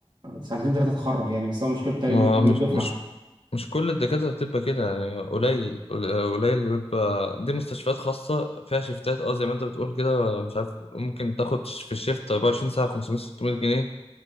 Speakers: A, on the right; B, on the left.
A: سنتين ثلاثه تخرج يعني بس هو مشكلته تقريبا
B: ما
A: من اول
B: مش
A: الدفعه
B: مش مش كل الدكاترة بتبقى كده يعني قليل قل- قليل اللي بيبقى دي مستشفيات خاصة فيها شيفتات اه زي ما انت بتقول كده مش عارف ممكن تاخد ش- في الشيفت 24 ساعة 500 600 جنيه